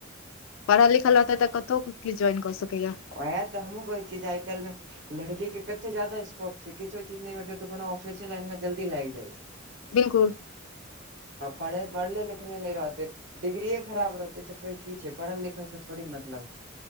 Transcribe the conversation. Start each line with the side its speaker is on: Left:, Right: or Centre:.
Left: पढ़ल लिखल रहतै तऽ कतहु किछु जॉइन कऽ सकैया
Right: ओहा तऽ हमूँ कहै छियै जे आइ काल्हिमे लड़की के कते जादा स्कोप छै किछो चीज नहि हतै तऽ कोनो ऑफिसे लाइन मे जल्दी लाग जाइ छै
Left: बिल्कुल
Right: पढ़े पढ़ ले लिखले नहि रहते डिग्रीए खराब रहतै तऽ फेर की छै पढ़ल लिखलसँ थोड़ी मतलब छै